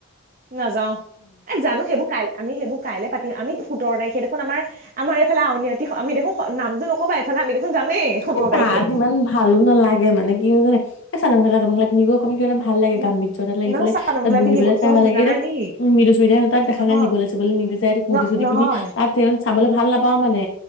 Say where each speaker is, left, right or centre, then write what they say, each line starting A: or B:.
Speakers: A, on the right; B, on the left.
A: নাযাও, এ জানো সেইবোৰ কাইলে আমি সেইবোৰ কাইলে পাতিম। আমি সোতৰ তাৰিখে দেখোন আমাৰ, আমাৰ এইফালে আউনি আটি, আমি দেখোন নামটো নকবা এইফালে আমি দেখোন যামেই সোতৰ
B: এ তাত
A: তাৰিখে।
B: ইমান ভালো নালাগে, মানে কিয় জানা? এ চাদৰ মেখেলা যেনেকা পিন্ধি গৈ এনে কিবা এটা ভাল লাগে
A: ন-
B: গাত বিচত এটাত লাগি
A: নহয়
B: পেলাই
A: চাদৰ মেখেলা
B: তাত বহি
A: পিন্ধিব
B: পেলাই চাই
A: তই
B: ভাল
A: বুজা
B: লাগে, এইটো
A: নাই নেকি?
B: উম মৃদুস্মিতা তাত দেখা
A: নহয়
B: নাই নিবলৈ চুবলৈ নিবিচাৰে কুৰ্তি
A: ন
B: -চোৰ্তি
A: নহয়
B: পিন্ধি তাতে চাবলৈ ভাল নাপাওঁ মানে